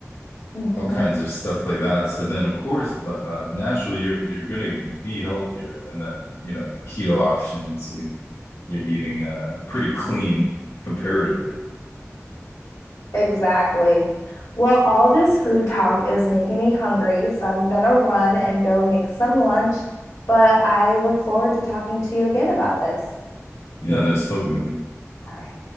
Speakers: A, on the left (about 80°); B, on the left (about 60°).
A: Mm-hmm.
B: all kinds of stuff like that. So then, of course, but uh, naturally, you're you're gonna be healthier, and then you know keto options. You you're eating uh, pretty clean comparatively.
A: Exactly. Well, all this food talk is making me hungry, so I'm gonna run and go make some lunch, but I look forward to talking to you again about this.
B: Yeah, nice talking with you.
A: All right.